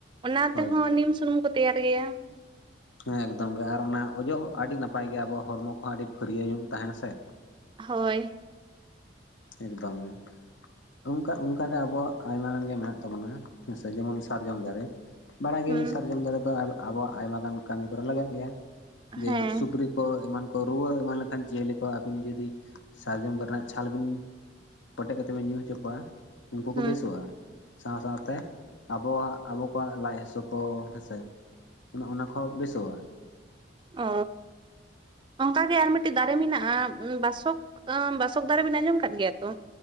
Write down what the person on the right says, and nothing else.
ᱚᱱᱟ
ᱛᱮᱦᱚᱸ ᱱᱤᱢ ᱥᱩᱱᱩᱢ ᱠᱚ ᱛᱮᱭᱟᱨ ᱜᱮᱭᱟ᱾
ᱦᱳᱭ᱾
ᱦᱩᱸ
ᱦᱮᱸ
ᱦᱩᱸ
ᱚᱻ ᱚᱝᱠᱟ ᱜᱮ ᱟᱨ ᱢᱤᱴᱤᱜ ᱫᱟᱨᱮ ᱢᱮᱱᱟᱜᱼᱟ᱾ ᱵᱟᱥᱚᱠ ᱚᱻᱵᱟᱥᱚᱠ ᱫᱟᱨᱮ ᱵᱤᱱ ᱟᱸᱡᱚᱢ ᱠᱟᱫ ᱜᱮᱭᱟ ᱛᱚ,